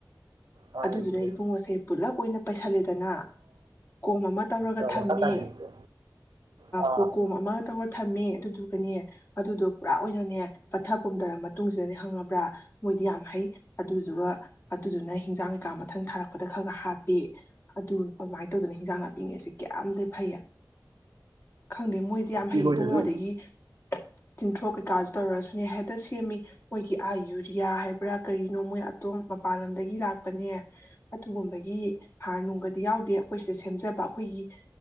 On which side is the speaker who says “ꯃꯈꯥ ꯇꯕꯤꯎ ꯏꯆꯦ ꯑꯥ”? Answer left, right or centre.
Right